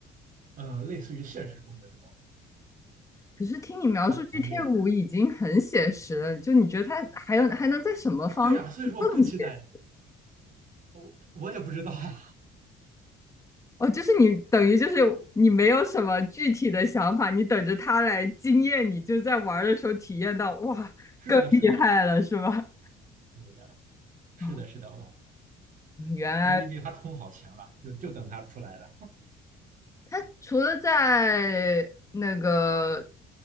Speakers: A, on the right (about 50°); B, on the left (about 20°).
A: 呃类似于现实中的这种
B: 可是听你描述
A: 环境。
B: GTA 五已经很写实了，就你觉得它还有还能在什么方面更写实
A: 对啊，所以说我更期待。我我也不知道呀。
B: 哦，就是你等于就是你没有什么具体的想法，你等着它来惊艳你，就在玩儿的时候体验到，哇，
A: <laughs> 是的，
B: 更厉害了，
A: 是的，
B: 是吧？
A: 对的，是的，
B: <laughs>
A: 是的，我
B: 原来
A: 我已经给他充好钱了，就就等他出来了。
B: 它除了在那个